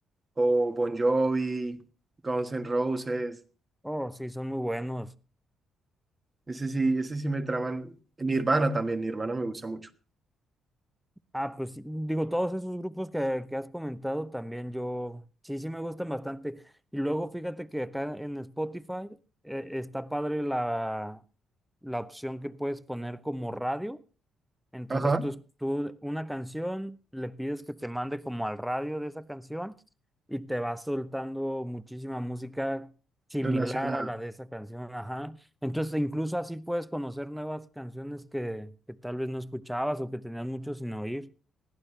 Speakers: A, on the right; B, in the centre.
A: o Bon Jovi, Guns N' Roses.
B: Oh, sí, son muy buenos.
A: Ese sí, ese sí me traman. Nirvana también, Nirvana me gusta mucho.
B: Ah, pues sí, digo, todos esos grupos que, que has comentado también yo, sí, sí me gustan bastante. Y luego fíjate que acá en Spotify eh, está padre la, la opción que puedes poner como radio. Entonces
A: Ajá,
B: tú, es- tú una canción, le pides que te mande como al radio de esa canción y te va soltando muchísima música similar
A: relacionada.
B: a la de esa canción. Ajá. Entonces, incluso así puedes conocer nuevas canciones que, que tal vez no escuchabas o que tenías mucho sin oír.